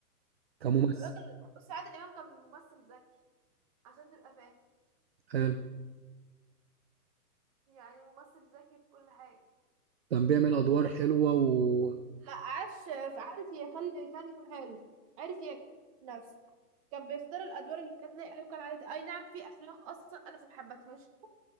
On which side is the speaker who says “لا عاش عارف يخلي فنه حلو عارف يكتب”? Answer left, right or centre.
Right